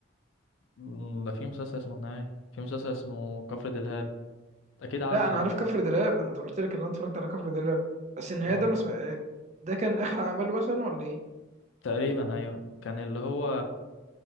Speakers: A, on the left; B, on the right.
A: م، ده في مسلسل اسمه النهاية في مسلسل اسمه كفر دلهاب أكيد عارفه
B: لا انا
A: يعني
B: عارف كفر دلاب انا قلت لك ان انا اتفرجت على كفر دلاب بس النهايه
A: أه
B: ده ما سمع... ده كان اخر عمله مثلا ولا ايه
A: تقريبا ايوه كان اللي هو